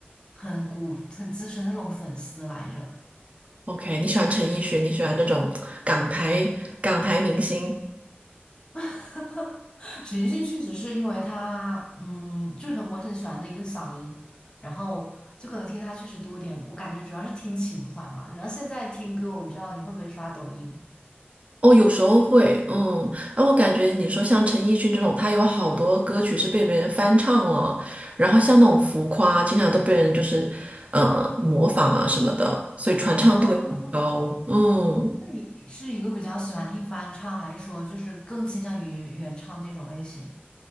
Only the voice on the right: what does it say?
，OK，你喜欢陈奕迅，你喜欢这种港台港台明星？
哦，有时候会，嗯，哎，我感觉你说像陈奕迅这种，他有好多歌曲是被别人翻唱了，然后像那种浮夸，经常都被人就是呃模仿啊什么的，所以传唱度也很高。
嗯。